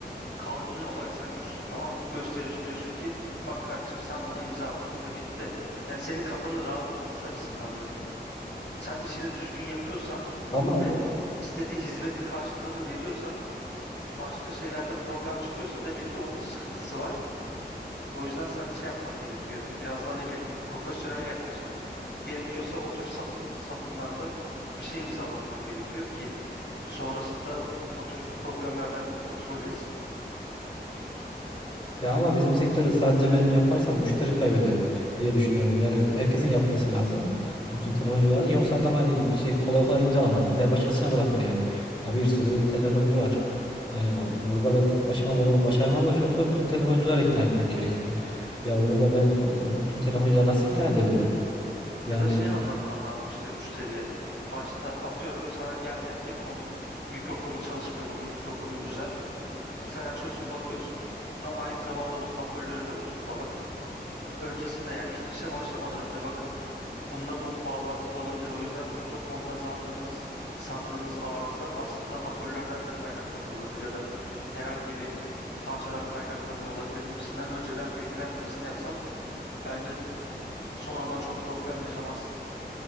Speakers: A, on the left (about 85°); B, on the left (about 30°).
A: kanuni olarak sen güçlüsün tamam mı? Gösteriyorsun diyorsun ki bak kardeşim sen buna imza attın ve bitti. Yani senin kafanın rahat olması açısından diyorum. Sen işini düzgün yapıyorsan
B: Ama
A: ve istediği hizmetin karşılığını veriyorsan başka şeylerde problem çıkıyorsa demek ki onun sıkıntısı var. O yüzden sen de şey yapman gerekiyor. Biraz daha ne bileyim profesyonel yaklaşıp Gerekiyorsa o tür satın, satımlarda bir şey imzalatman gerekiyor ki sonrasında bu tür problemlerden kurtulabilesin.
B: Ya ama bizim sektörde sadece benim yaparsam müşteri kaybederim diye düşünüyorum. Yani herkesin yapması lazım. Bütün telefoncuların. Yoksa adam hani bir şey kolay kolay imzalamaz. Gider başkasına bırakır yani. Ya bir sürü telefoncu var. Yani burada ben tek başıma bunu başarmam da çok zor. Bütün telefoncuları ikna etmek gerekiyor. Ya onu da ben e, bütün telefoncuları nasıl ikna edebilirim?
A: Ya
B: Yani
A: da şey anlatman lazım işte müşteriye. Başta atıyorum sana gel dedi ki bunun mikrofonu çalışmıyor, bunun mikrofonunu düzelt. Sen açıyorsun, bakıyorsun. Ama aynı zamanda bunun hoparlörü de bozuk falan. Öncesinde yani hiç işe başlamadan önce bakın. Bununla bu bağlantılı olabilir. O yüzden mikrofonda sandığımız sandığımız arıza aslında hoparlörlerden de kaynaklanıyor olabilir ya da herhangi bir parçadan kaynaklanıyor olabilir gibisinden önceden bilgilendirmesini yapsan bence sonradan çok problem yaşamazsın.